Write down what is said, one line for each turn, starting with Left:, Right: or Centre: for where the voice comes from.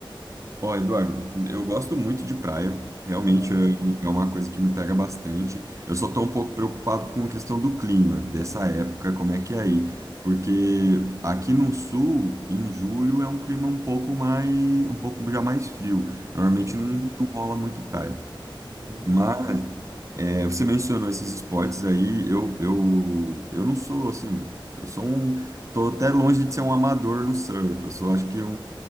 Right: Ó, Eduardo, eu gosto muito de praia. Realmente
Left: Aham.
Right: eu- é uma coisa que me pega bastante. Eu só estou um pouco preocupado com a questão do clima dessa época, como é que é aí? Porque aqui no sul, em julho, é um clima um pouco mais, um pouco já mais frio. Normalmente
Left: Uhum.
Right: não, não rola muito praia.
Left: Entendido,
Right: Mas é, você mencionou esses esportes aí, eu, eu, eu não sou assim, eu sou um, tô até longe de ser um amador no surf, eu sou acho que um,